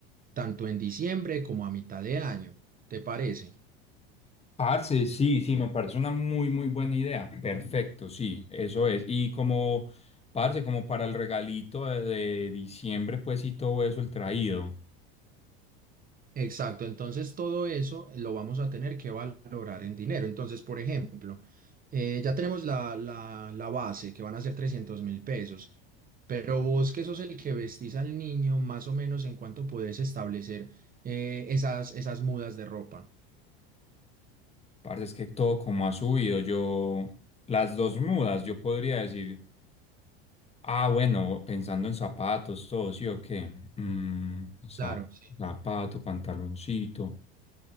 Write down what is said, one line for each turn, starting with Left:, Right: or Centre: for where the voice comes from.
Right: tanto en diciembre como a mitad de año. ¿Te parece?
Left: Parce, sí, sí, me parece una muy, muy buena idea. Perfecto, sí, eso es. Y como, parce, como para el regalito de, de diciembre, pues y todo eso, el traído.
Right: Exacto, entonces todo eso lo vamos a tener que valorar en dinero. Entonces, por ejemplo, eh, ya tenemos la, la, la base que van a ser trescientos mil pesos, pero vos que sos el que vestís al niño, más o menos en cuánto podés establecer eh, esas, esas mudas de ropa.
Left: Parce, es que todo como ha subido. Yo, las dos mudas, yo podría decir, ah, bueno, pensando en zapatos, todo, ¿sí o qué? Mm, za-
Right: Claro, sí,
Left: zapato, pantaloncito.